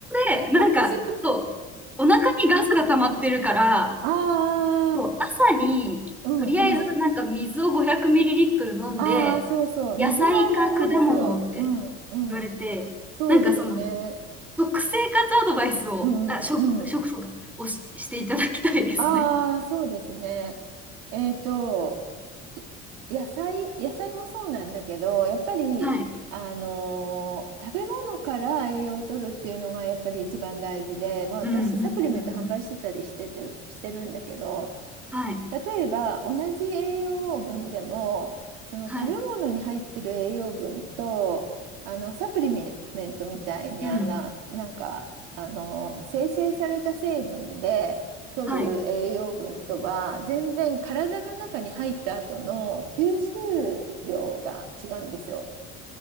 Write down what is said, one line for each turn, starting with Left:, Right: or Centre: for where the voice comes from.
Centre: 養で、なんか、
Right: そっちの。
Centre: そう、お腹にガスが溜まってるから、
Right: あ
Centre: そう、朝に、
Right: あ、うんうん。
Centre: とりあえずなんか水を500ミリリットル飲んで、
Right: ああ、そうそう。
Centre: 野菜か果物って
Right: 水は大事ですよ。うんうん。
Centre: 言われて、
Right: そうですね。
Centre: なんかその、食生活アドバイスを、
Right: うんうん。
Centre: あ、食、食そうか、をし、していただきたいですね。
Right: ああ、そうですね。えっと、い野菜、野菜もそうなんだけど、やっぱり、
Centre: はい。
Right: あのー食べ物から栄養を取るっていうのがやっぱり一番大事で、まあ、
Centre: うん、
Right: 私、
Centre: うん、
Right: サプリメント販売してたりしてて、
Centre: うん。うん
Right: してるんだけど、
Centre: はい。
Right: 例えば同じ栄養分でもその食べ物に入ってる栄養分とあのサプリメントみたいにあな、
Centre: はい。うん。
Right: なんかあの生成された成分で取る栄養分とは全然体の中に入った後の吸収量が違うんですよ。
Centre: はい。う